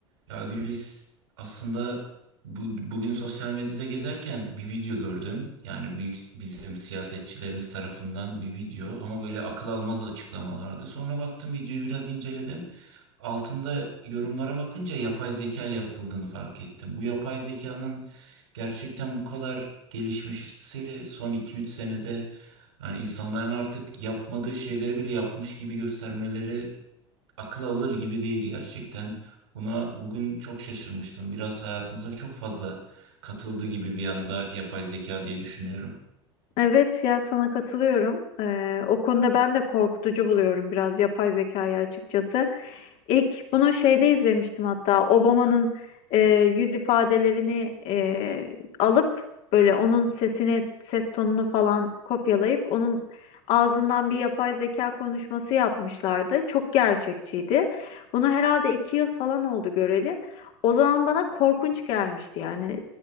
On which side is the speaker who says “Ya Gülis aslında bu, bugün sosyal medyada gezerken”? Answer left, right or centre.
Right